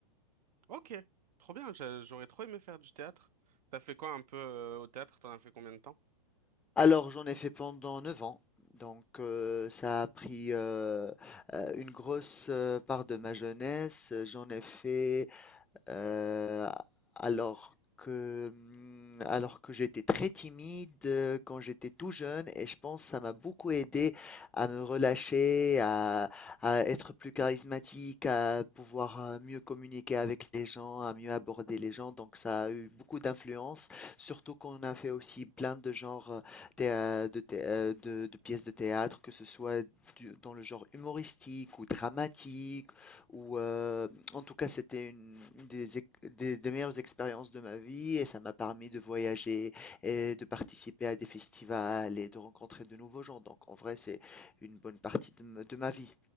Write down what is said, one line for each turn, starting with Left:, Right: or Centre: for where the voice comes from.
Right: Ok, trop bien, j'a- j'aurais trop aimé faire du théâtre. T'as fait quoi un peu euh, au théâtre? T'en as fait combien de temps?
Centre: Alors j'en ai fait pendant 9 ans. Donc euh, ça a pris euh, euh, une grosse euh, part de ma jeunesse. J'en ai fait Euh, alors que, hum, alors que j'étais très timide euh, quand j'étais tout jeune et je pense que ça m'a beaucoup aidé à me relâcher, à, à être plus charismatique, à pouvoir euh, mieux communiquer avec les gens, à mieux aborder les gens. Donc ça a eu beaucoup d'influence, surtout qu'on a fait aussi plein de genres euh, thé- euh, de, thé- euh, de- de pièces de théâtre, que ce soit du- dans le genre humoristique ou dramatique où, euh, en tout cas, c'était une une des, ex- des- des meilleures expériences de ma vie et ça m'a permis de voyager et de participer à des festivals et de rencontrer de nouveaux gens. Donc, en vrai, c'est une bonne partie de, m- de ma vie.